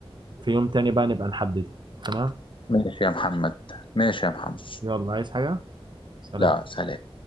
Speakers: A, on the right; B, on the left.
A: في يوم تاني بقى نبقى نحدده تمام
B: ماشي يا محمد ماشي يا محمد
A: يلا عايز حاجه سلام
B: لا سلام